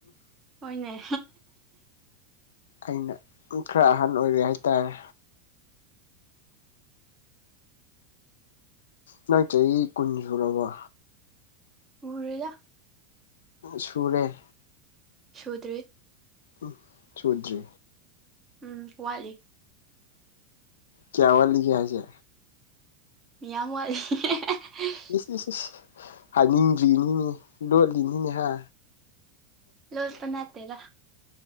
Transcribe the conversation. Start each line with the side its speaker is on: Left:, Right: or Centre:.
Right: ꯍꯣꯏꯅꯦ
Left: ꯑꯩꯅ ꯈꯔ ꯑꯍꯟ ꯑꯣꯏꯔꯦ ꯍꯥꯏꯇꯥꯔꯦ ꯅꯪ ꯆꯍꯤ ꯀꯨꯟ ꯁꯨꯔꯕ
Right: ꯁꯨꯔ°ꯗ
Left: ꯁꯨꯔꯦ
Right: ꯁꯨꯗ꯭ꯔꯤ
Left: ꯎꯝ ꯆꯨꯗꯔꯤ
Right: ꯎꯝ ꯋꯥꯠꯂꯤ
Left: ꯀꯌꯥ ꯋꯥꯂꯤꯒꯌꯥꯁꯦ
Right: ꯃꯤꯌꯥꯝ ꯋꯥꯠꯂꯤ <unintelligible>
Left: ꯏꯁ ꯏꯁ ꯏꯁ ꯍꯥꯏꯅꯤꯡꯗ꯭ꯔꯤꯅꯤꯅꯦ ꯂꯣꯠꯂꯤꯅꯤꯅꯦ ꯍꯥ
Right: ꯂꯣꯠꯄ ꯅꯠꯇ°ꯗ